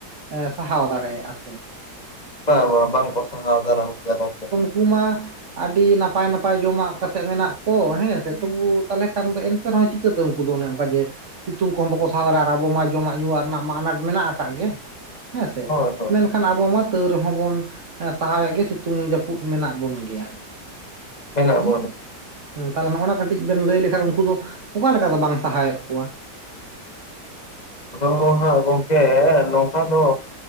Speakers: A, on the right (about 45°); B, on the left (about 25°).
A: ᱮ ᱥᱟᱦᱟᱣ ᱫᱟᱲᱮᱭᱟᱜᱼᱟ ᱥᱮ᱾
B: ᱵᱟ ᱵᱟ ᱵᱟᱝ ᱠᱚ ᱥᱟᱦᱟᱣ ᱫᱟᱨᱟᱢ ᱠᱮᱭᱟ ᱜᱚᱢᱠᱮ᱾
A: ᱠᱩ ᱢᱟ ᱟᱹᱰᱤ ᱱᱟᱯᱟᱭ ᱱᱟᱯᱟᱭ ᱡᱚᱢᱟᱜ ᱠᱟᱛᱮᱫ ᱢᱮᱱᱟᱜ ᱠᱚ ᱦᱮᱸᱥᱮ ᱛᱚᱵᱩ ᱛᱟᱦᱚᱞᱮ ᱠᱷᱟᱱ ᱫᱚ ᱮᱱ ᱛᱮ ᱨᱮᱦᱚᱸ ᱪᱤᱠᱟᱹᱛᱮ ᱩᱱᱠᱩ ᱫᱚ ᱚᱱᱮ ᱚᱱᱠᱟ ᱡᱮ ᱥᱤᱛᱩᱝ ᱠᱚᱦᱚᱸ ᱵᱟᱠᱚ ᱥᱟᱦᱟᱣ ᱫᱟᱲᱮᱭᱟᱜᱼᱟ ᱟᱵᱚ ᱢᱟ ᱡᱚᱢᱟᱜ ᱧᱩᱣᱟᱜ ᱨᱮᱱᱟᱜ ᱢᱟ ᱟᱱᱟᱴ ᱢᱮᱱᱟᱜ ᱠᱟᱫ ᱜᱮ ᱦᱮᱸᱥᱮ,
B: ᱦᱳᱭ ᱦᱳᱭ
A: ᱢᱮᱱ ᱠᱷᱟᱱ ᱟᱵᱚ ᱢᱟ ᱛᱟᱹᱣ ᱨᱮᱦᱚᱸ ᱵᱚᱱ ᱮᱸ ᱥᱟᱦᱟᱣᱮᱫ ᱜᱮ ᱥᱤᱛᱩᱝ ᱡᱟᱹᱯᱩᱫ ᱢᱮᱱᱟᱜ ᱵᱚᱱ ᱜᱮᱭᱟ᱾
B: ᱢᱮᱱᱟᱜ
A: ᱩᱸ
B: ᱵᱚᱱ
A: ᱦᱮᱸ ᱛᱟᱦᱞᱮ ᱱᱚᱜᱼᱚ ᱱᱟ ᱠᱟᱹᱴᱤᱡ ᱵᱮᱱ ᱞᱟᱹᱭ ᱞᱮᱠᱷᱟᱱ ᱩᱱᱠᱩ ᱫᱚ ᱚᱠᱟᱞᱮ ᱞᱮᱠᱟ ᱫᱚ ᱵᱟᱝ ᱥᱟᱦᱟᱭᱮᱫ ᱠᱚᱣᱟ?
B: ᱟᱫᱚ ᱦᱟᱸᱜ ᱜᱚᱢᱠᱮ ᱱᱚᱝᱠᱟ ᱫᱚ